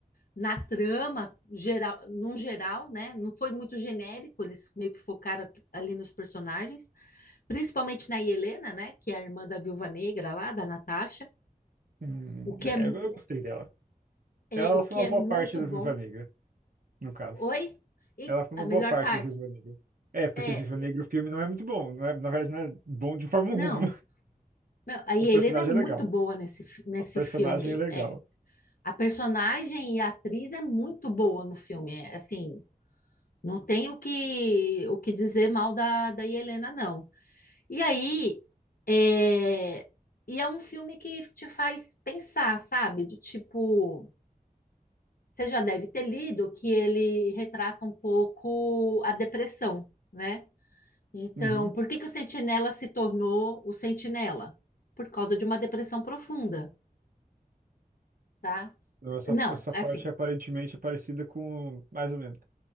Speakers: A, on the left; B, on the right.
A: na trama geral, num geral, né? Não foi muito genérico, eles meio que focaram aqui- ali nos personagens, principalmente na Helena, né? Que é a irmã da Viúva Negra lá, da Natasha,
B: Hum,
A: o que
B: é,
A: é, mu-
B: eu, eu gostei dela.
A: é,
B: Ela
A: o
B: foi
A: que
B: uma
A: é
B: boa
A: muito
B: parte da
A: bom
B: Viva Negra, no caso.
A: Oi? E
B: Ela foi uma
A: a
B: boa
A: melhor
B: parte
A: parte
B: da Viva Negra. É, porque
A: é,
B: Viva Negra o filme não é muito bom. Não é, na verdade, não é bom de forma
A: não.
B: alguma.
A: Meu, a Helena
B: O personagem
A: é muito
B: é legal.
A: boa nesse, fi- nesse
B: A personagem
A: filme.
B: é legal.
A: É, a personagem e a atriz é muito boa no filme. É, assim, não tem o que, o que dizer mal da, da Helena, não. E aí, é, e é um filme que te faz pensar, sabe? Do tipo, você já deve ter lido que ele retrata um pouco a depressão, né? Então,
B: Uhum.
A: por que que o sentinela se tornou o sentinela? Por causa de uma depressão profunda, tá?
B: Então, essa,
A: Não,
B: essa
A: é
B: parte
A: assim,
B: aparentemente é parecida com. Mais ou menos.